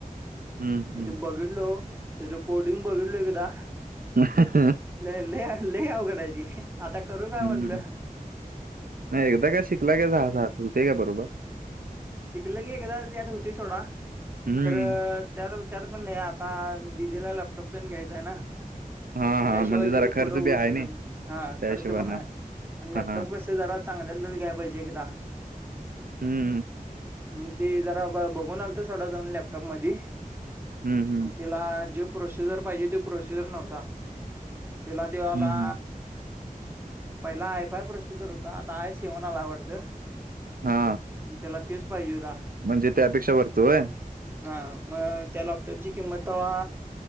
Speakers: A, on the right (about 75°); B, on the right (about 15°).
A: हम्म हम्म
B: म ते बघितलो. त्याचं कोडिंग बघितलय एकदा.
A: ह
B: ल अल् अवघड आहेे ते. आता करू- काय
A: हम्म
B: म्हणलं
A: हम नाही एकदा काय शिकला का झा झा होते का बरोबर.
B: शिकलं की एकदा ते आता होते सोडा
A: हम्म
B: खरं- त्यात त्यात पण नाही आता दिदीला लॅपटॉप तेन घ्यायचा आहे ना.
A: हा हा
B: त्याशिवाय
A: म्हणजे जरा
B: तिचं
A: खर्च
B: पुढं होऊ
A: बी आहे
B: शकत
A: ना
B: नाही हा
A: त्या
B: खर्च
A: हिशोबान
B: पण
A: हा
B: आहे. आणि लॅपटॉप
A: हा
B: कसं जरा चांगल्यालाच घ्या पाहिजे एकदा.
A: हम्म
B: हम ते जरा बघून अलतो सोडा जाऊन लॅपटॉप म मधी
A: हम्म हम्म
B: त्याला जे. प्रोसिजर पाहिजे ते प्रोसिजर नव्हता त्याला तेव्हा आता.
A: हम्म हम्म
B: पहिला आहेफय प्रोसिजर होता आता आय शेवण आलाय वाटत.
A: हा
B: त्याला तेच पाहिजे होता.
A: म्हणजे त्या पेक्षा वरचं होय.
B: हा मग त्या लॅपटॉपची किंमत तवा.